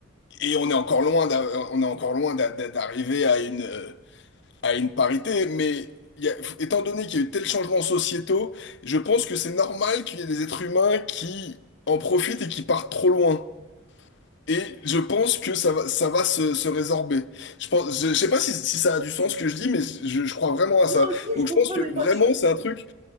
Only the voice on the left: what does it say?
et on est encore loin d'a- on est encore loin d'a- d'a- d'arriver à une, euh, à une parité, mais il y a- étant donné qu'il y a eu tels changements sociétaux, je pense que c'est normal qu'il y ait des êtres humains qui en profitent et qui partent trop loin. Et je pense que ça va, ça va se, se résorber. Je pense, je, je sais pas si, si ça a du sens ce que je dis, mais je, je crois vraiment à
ça.
Donc
je pense que
vraiment
c'est un truc